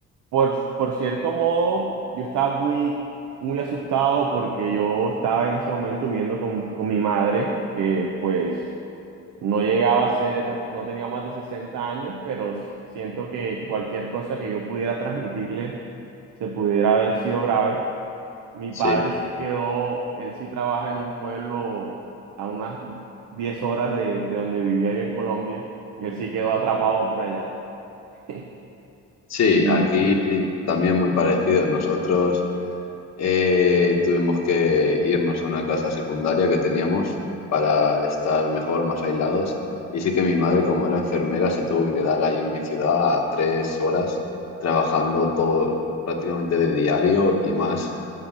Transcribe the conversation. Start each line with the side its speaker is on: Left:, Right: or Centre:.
Right: por, por cierto modo, yo estaba muy, muy asustado porque yo estaba en ese momento viviendo con, con mi madre, que pues no llegaba a ser, no tenía más de 60 años, pero s- siento que cualquier cosa que yo pudiera transmitirle se pudiera haber sido grave. Mi
Left: Sí,
Right: padre sí quedó, él sí trabaja en un pueblo a unas 10 horas de, de donde vivía yo en Colombia, y él sí quedó atrapado por allá. <laughs>
Left: sí,
Right: Y,
Left: aquí también muy parecido. Nosotros eh, tuvimos que irnos a una casa secundaria que teníamos para estar mejor, más aislados. Y sí que mi madre, como era enfermera, se tuvo que quedar ahí en mi ciudad a tres horas trabajando todo prácticamente de diario y más